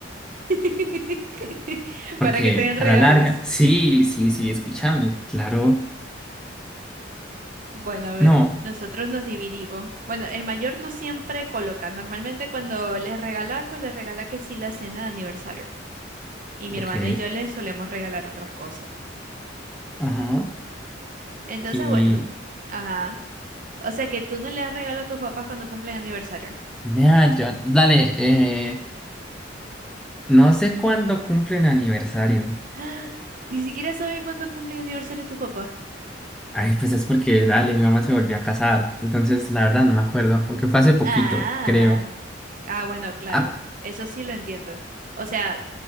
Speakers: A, on the right; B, in the centre.
A: <laughs>
B: porque
A: Para que te den regalos.
B: a la larga, sí, sí, sí, escúchame, claro,
A: Bueno, a ver,
B: no,
A: nosotros nos dividimos. Bueno, el mayor no siempre coloca. Normalmente cuando les regala algo, les regala que sí la cena de aniversario. Y mi
B: ok,
A: hermana y yo les solemos regalar otras cosas.
B: ajá,
A: Entonces,
B: y,
A: bueno, ajá. O sea que tú no le das regalo a tus papás cuando cumplen aniversario.
B: nada, yo- dale, eh, no sé cuándo cumplen aniversario,
A: <gasps> Ni siquiera sabes cuándo cumplen aniversario tus papás.
B: ay, pues es porque, dale, mi mamá se volvió a casar, entonces, la verdad, no me acuerdo, aunque fue hace poquito,
A: Ah,
B: creo,
A: ah, bueno, claro,
B: ah,
A: eso sí lo entiendo. O sea,